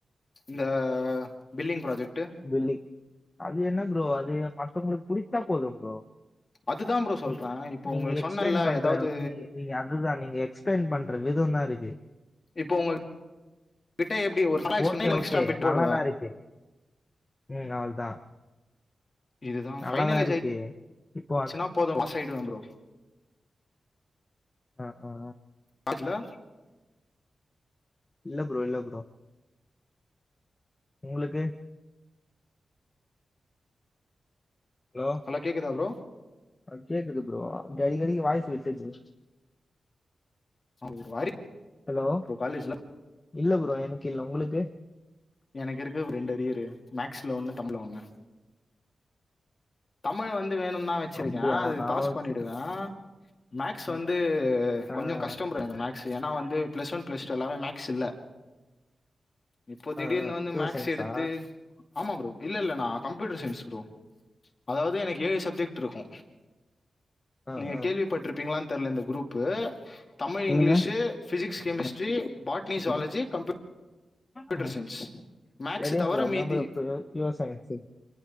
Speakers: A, on the left; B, on the left.
A: இந்த பில்லிங் ப்ராஜெக்ட்டு
B: பில்லிங் அது என்ன ப்ரோ அது மத்தவங்ளுக்கு புடிச்சா போதும் ப்ரோ
A: அதுதா ப்ரோ சொல்றே
B: நீ
A: இப்போ
B: நீங்க
A: உங்களுக்கு
B: எக்ஸ்பிளைன்
A: சொன்னேன்ல
B: பண்ற
A: ஏதாவது
B: நீங் நீங்க அதுதா நீங்க எக்ஸ்பிளைன் பண்ற விதோ தா இருக்கு
A: இப்போ உங்க கிட்ட எப்டி ஒரு
B: ஓகே,
A: எக்ஸ்ட்ரா
B: ஓகே.
A: பிட் போடுவ
B: நல்லா தான் இருக்கு. ம். அவ்ளதான்.
A: இதுதா
B: நல்லா
A: பைனலஜ்ஜை
B: தான் இருக்கு. இப்போ அது
A: ச்சுனா போது பாஸ் ஆயிடுவ ப்ரோ
B: ஆ ஆ
A: பாஸ்சுல
B: இல்ல ப்ரோ இல்ல ப்ரோ உங்ளுக்கு ஹலோ
A: ஹலோ கேக்குதா ப்ரோ
B: அ கேக்குது ப்ரோ அடிக்கடிக்கு வாய்சு விட்டுச்சு
A: ஒரு அரி
B: ஹலோ
A: ப்ரோ காலேஜ்ல
B: இல்ல ப்ரோ எனக்கு இல்ல உங்ளுக்கு
A: எனக்கு இருக்கு ஒரு ரெண்டு அரியரு மேக்ஸ்ல ஒன்னு தமிழ்ல ஒன்னு தமிழ் வந்து வேணுன் நா வச்சிருக்க
B: அப்படியா?
A: அது
B: நானும்
A: பாஸ்
B: வச்சு
A: பண்ணிடுவ மேக்ஸ்
B: ம்.
A: வந்து
B: அ, அ,
A: கொஞ்சோ கஷ்ட ப்ரோ எனக் மேக் ஸ்சு ஏன்னா வந்து பிளஸ் ஒன் பிளஸ் டூ எல்லாமே மேக்ஸ் இல்ல இப்போ திடீர்னு
B: அ, அ.
A: வந்து
B: பியூர்
A: மேக்ஸ்
B: சயின்ஸா?
A: எடுத்து ஆமா ப்ரோ இல்ல இல்ல நா கம்ப்யூட்டர் சைன்ஸ் ப்ரோ அதாவது எனக்கு ஏழு சப்ஜெக்ட்ருக்கு
B: அ,
A: நீங்க
B: அ.
A: கேள்விப்பட்ருப்பிங்காளான் தெர்ல இந்த குரூப் பு தமிழ்
B: சொல்லுங்க.
A: இங்கிலீசு ஃபிசிக்ஸ் கெமிஸ்ட்ரி
B: அ,
A: பாட்னி சுவாலஜி
B: அ,
A: கம்ப்யூ ட்டர்
B: அ.
A: சைன்ஸ் மேக்ஸ்ஸ
B: தெரியும்
A: தவற
B: ப்ரோ. அதான்
A: மீதி
B: bro pure pure science.